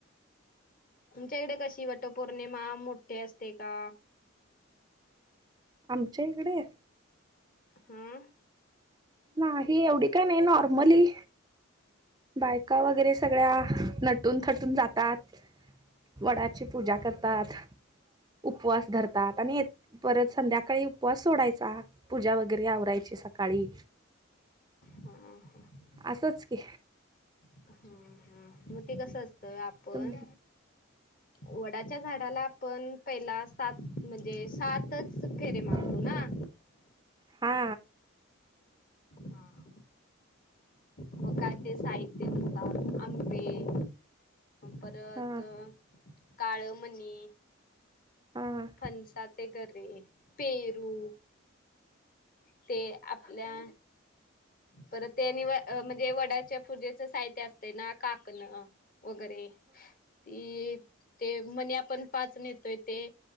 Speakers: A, on the left (about 40°); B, on the right (about 20°).
A: तुमच्याकडे कशी वाट पौर्णिमा मोठी असते का?
B: आमच्या इकडे
A: हम्म.
B: नाही एवढी काय नाही नॉर्मली. बायका वगैरे सगळ्या नटून-थटून जातात. वडाची पूजा करतात उपवास धरतात आणि ये परत संध्याकाळी उपवास सोडायचा. पूजा वगैरे आवरायची सकाळी
A: ह हा <unintelligible>
B: असंच की.
A: हा हा मग ते कसं असतं आपण
B: तुम
A: वडाच्या झाडाला पण पहिला सात म्हणजे सातच फेरे
B: ह
A: मारतो
B: <inaudible>
A: ना
B: हा.
A: हा मग काय ते साहित्य म्हणा आंबे, परत
B: हा
A: काळमणी
B: हा ह
A: फणसाचे गरे, पेरू ते आपल्या परत त्या नि म्हणजे वडाच्या पूजेचं साहित्य असते ना काकणं, वगैरे ते ते मणी आपण पाच नेतोय ते.